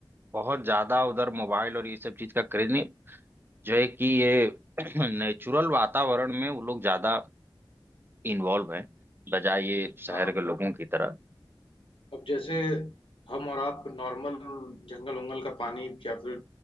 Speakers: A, on the right; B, on the left.
A: बहुत ज्यादा उधर मोबाइल और ये सब चीज का क्रेज नहीं जो है कि ये <clears throat> नेचुरल वातावरण में वो लोग ज्यादा इन्वॉल्व हैं बजाय ये शहर
B: हाँ
A: के लोगों की तरह
B: अब जैसे हम और आप नॉर्मल जंगल वंगल का पानी या फिर